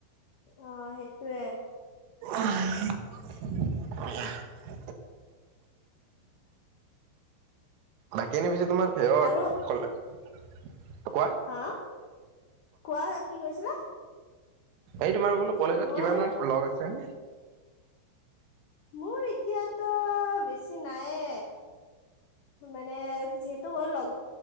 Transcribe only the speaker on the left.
অ' সেইটোৱে
আৰু
হা কোৱা কি কৈছিলা।
মই
মোৰ এতিয়াতো বেছি নাইে, মানে যিহেতু, লগ